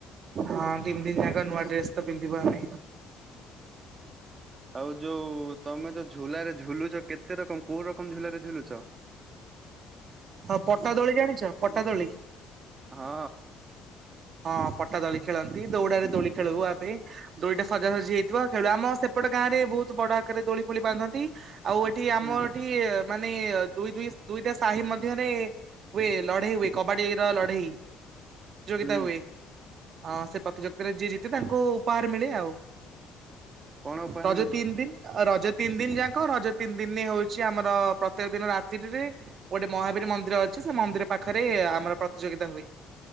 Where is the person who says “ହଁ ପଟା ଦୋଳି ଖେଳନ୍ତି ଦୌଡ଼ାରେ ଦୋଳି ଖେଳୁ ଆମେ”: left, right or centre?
Right